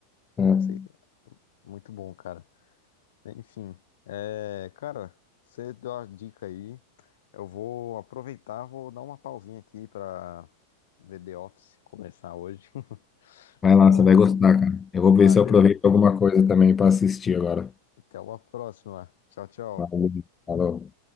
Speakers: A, on the left (about 20°); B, on the left (about 60°).
A: né?
B: Sei, muito bom, cara. Enfim, é, cara, você deu a dica aí. Eu vou aproveitar, vou dar uma pausinha aqui pra ver The Office começar hoje. <laughs>
A: Vai
B: Então,
A: lá, você vai gostar, cara. Eu vou ver
B: valeu.
A: se eu aproveito alguma coisa também para assistir agora.
B: Até uma próxima. Tchau, tchau.
A: Valeu. Falou.